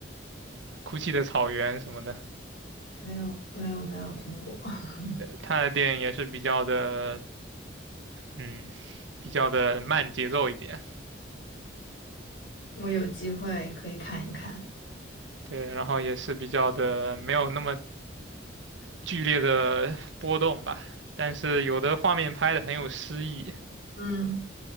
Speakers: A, on the right; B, on the left.
A: 《哭泣的草原》什么的。
B: 没有，没有，没有听过。<laughs>
A: 他的电影也是比较的，嗯，比较的慢节奏一点。
B: 我有机会可以看一看。
A: 对，然后也是比较的没有那么剧烈的波动吧，但是有的画面拍的很有诗意，
B: 嗯，